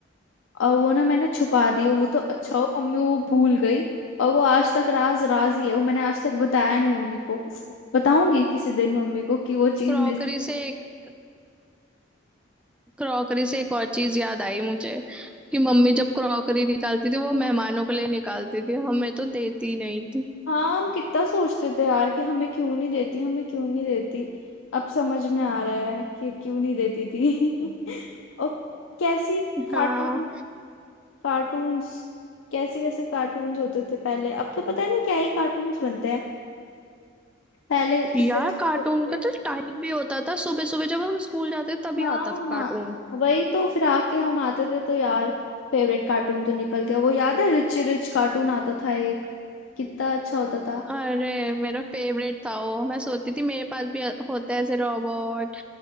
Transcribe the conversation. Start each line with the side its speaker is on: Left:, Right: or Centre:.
Left: और वो ना मैंने छुपा दी वो तो अच्छा हो मम्मी वो भूल गई और वो आज तक राज राज ही है वो मैंने आज तक बताया नहीं मम्मी को बताऊंगी किसी दिन मम्मी को कि वो चीज
Centre: क्रॉकरी
Left: मिस
Centre: से एक क्रॉकरी से एक और चीज याद आई मुझे कि मम्मी जब क्रॉकरी निकालती थी वो मेहमानों के लिए निकालती थी हमें तो देती नहीं थी
Left: हाँ हम कितना सोचते थे यार कि हमें क्यों नहीं देती हमें क्यों नहीं देती अब समझ में आ रहा है कि क्यों नहीं देती थी <laughs> और कैसी कार्टून
Centre: हाँ
Left: कार्टून्स कैसे कैसे कार्टून्स होते थे पहले अब तो पता नहीं क्या ही कार्टून्स बनते हैं पहले
Centre: यार
Left: कितने अच्छे अच्छे
Centre: कार्टून
Left: होते थे
Centre: का तो टाइम भी होता था सुबह सुबह जब हम स्कूल जाते थे तभी
Left: हाँ
Centre: आता था कार्टून
Left: वही तो फिर आके हम आते थे तो यार फेवरेट कार्टून तो निकल गया वो याद है रिच रिच कार्टून आता था एक कितना अच्छा होता था
Centre: अरे मेरा फेवरेट था वो मैं सोचती थी मेरे पास भी होता है ऐसे रोबोट